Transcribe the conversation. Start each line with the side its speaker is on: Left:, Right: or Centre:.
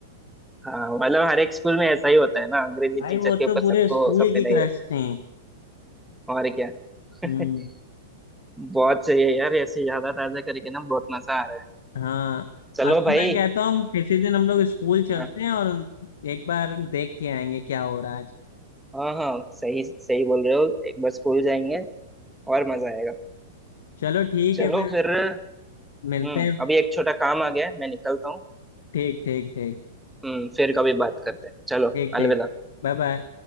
Centre: हाँ मतलब हर एक स्कूल में ऐसा ही होता है ना अंग्रेजी
Left: भाई
Centre: टीचर
Left: वो
Centre: के
Left: तो
Centre: ऊपर
Left: पूरे
Centre: सबको
Left: स्कूल
Centre: सब फिदा
Left: की क्रश
Centre: ही रहते
Left: थी
Centre: हैं और क्या <laughs>
Left: हम्म
Centre: बहुत सही है यार ऐसे यादा ताजा करके ना बहुत मजा आ रहा है
Left: हाँ
Centre: चलो
Left: अब तो
Centre: भाई
Left: मैं कहता हूँ किसी दिन हम लोग स्कूल चलते
Centre: आ,
Left: हैं और एक बार देख के आएंगे क्या हो रहा है आज
Centre: हाँ हाँ सही सही बोल रहे हो एक बार स्कूल जाएंगे और मजा आएगा
Left: चलो ठीक
Centre: चलो
Left: है फिर
Centre: फिर हम्म
Left: मिलते हैं
Centre: अभी एक छोटा काम आ गया है मैं निकलता हूँ
Left: ठीक ठीक ठीक
Centre: हम्म फिर कभी बात करते हैं चलो
Left: ठीक
Centre: अलविदा
Left: ठीक Bye bye